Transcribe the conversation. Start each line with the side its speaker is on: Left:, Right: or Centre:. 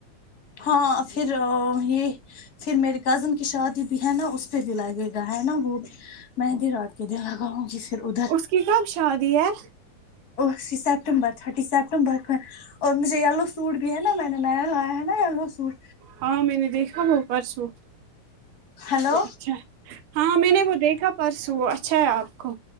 Left: ہاں پھر یہ پھر میری کزن کی شادی بھی ہے نا اس پہ بھی لگے گا ہے نا وہ بھی مہندی رات کے دن لگاؤں گی پھر ادھر
Right: اس کی کب شادی ہے
Left: سیپٹمبر تھرٹی سیپٹمبر اور مجھے یلو سوٹ بھی ہے نا میں نے نیا لایا ہے نا یلو سوٹ
Right: ہاں میں نے دیکھا وہ پرسوں
Left: ہلو
Right: وہ اچھا ہاں میں نے وہ دیکھا پرسوں وہ اچھا ہے آپ کو